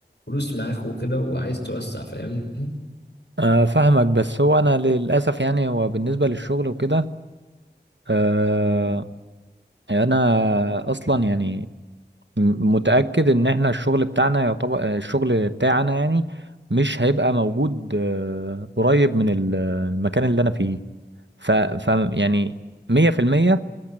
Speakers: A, on the left (about 75°); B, on the right (about 85°).
A: فلوس معاك وكده وعايز توسع فاهمني
B: آه، فاهمك بس هو أنا للأسف يعني هو بالنسبة للشغل وكده آه، أنا أصلا يعني م- متأكد ان احنا الشغل بتاعنا يعتبر الشغل بتاعنا يعني مش هيبقى موجود آه، قريب من ال- المكان اللي انا فيه ف, ف يعني 100%